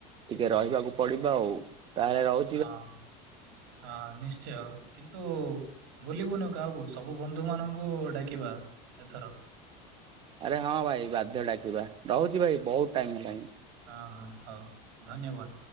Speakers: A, on the right; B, on the right.
A: ଟିକେ ରହିବାକୁ ପଡିବ ଆଉ। ତାହେଲେ ରହୁ
B: ହଁ। ହଁ ନିଶ୍ଚୟ। କିନ୍ତୁ ଭୁଲିବୁନୁ କାହାକୁ, ସବୁ ବନ୍ଧୁ ମାନଙ୍କୁ ଡାକିବା ଏଥର।
A: ଆରେ ହଁ ଭାଇ ବାଧ୍ୟ ଡାକିବା। ରହୁଚି ଭାଇ ବହୁତ୍ ଟାଇମ୍ ହେଲାଣି।
B: ହଁ ହଁ ହଉ ଧନ୍ୟବାଦ।